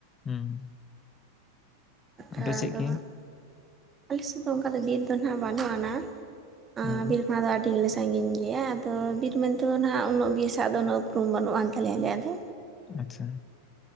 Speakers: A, on the left; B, on the right.
A: ᱦᱩᱸ᱾
B: ᱠᱷᱟ
A: ᱟᱯᱮ ᱥᱮᱫ
B: ᱫᱚ
A: ᱜᱮ
B: ᱦᱟᱜ ᱟᱞᱮ ᱥᱮᱜ ᱫᱚ ᱚᱱᱠᱟ ᱫᱚ ᱵᱤᱨ ᱫᱚ ᱱᱟᱦᱜ ᱵᱟᱹᱱᱩᱜ ᱟᱱᱟ ᱟ
A: ᱦᱩᱸ
B: ᱵᱤᱨ ᱠᱷᱚᱱᱟᱜ ᱫᱚ ᱟᱰᱤ ᱜᱮᱞᱮ ᱥᱟᱜᱤᱧ ᱜᱮᱭᱟ ᱟᱫᱚ ᱵᱤᱨ ᱢᱮᱱᱛᱮᱫᱚ ᱱᱟᱦᱟᱜ ᱩᱱᱟᱹᱜ ᱵᱤᱨ ᱥᱟᱜ ᱫᱚ ᱩᱱᱟᱹᱜ ᱩᱯᱨᱩᱢ ᱵᱟᱹᱱᱩᱜ ᱟᱱ ᱛᱟᱞᱮᱭᱟ ᱟᱞᱮ ᱭᱟᱜ ᱫᱚ᱾
A: ᱟᱪᱪᱷᱟ᱾